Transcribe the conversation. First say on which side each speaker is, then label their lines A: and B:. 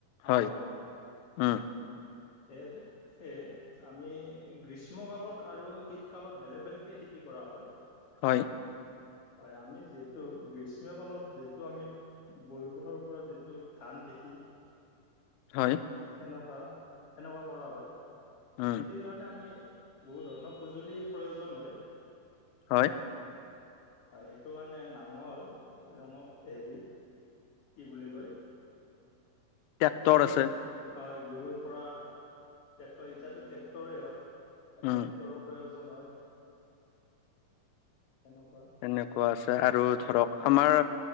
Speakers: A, on the left; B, on the left.
A: হয়
B: আমাৰ অসমত
A: উম
B: স সেয়ে আমি গ্ৰীষ্ম কালত আৰু শীতকালত বেলেগ বেলেগকে খেতি কৰা হয়
A: হয়।
B: হয় আমি যিহেতু গ্ৰীষ্ম কালত যিেতটো আমি বৰষুণৰ ওপৰত যিটো ধান খেতি
A: হয়,
B: সনেকুৱা সেনেকুৱা কৰা হয় খেতিৰ
A: উম,
B: কাৰণে আমি বহু ধৰণৰ সঁজুলিৰ প্ৰয়োজন হয়
A: হয়
B: সেইটো কাৰণে নাঙলঙ হেৰি কি বুলি কয়?
A: টেক্টৰ
B: সেইবিলাক
A: আছে।
B: হয় গৰুৰ পৰা ট্ৰেক্টৰ এতিয়াতো, ট্ৰেক্টৰেই হ'ল, ট্ৰেক্টৰ
A: উম,
B: পৰাও হয়। তেনেকুৱা
A: এনেকুৱা আছে। আৰু
B: হয়
A: ধৰক
B: হয়
A: আমাৰ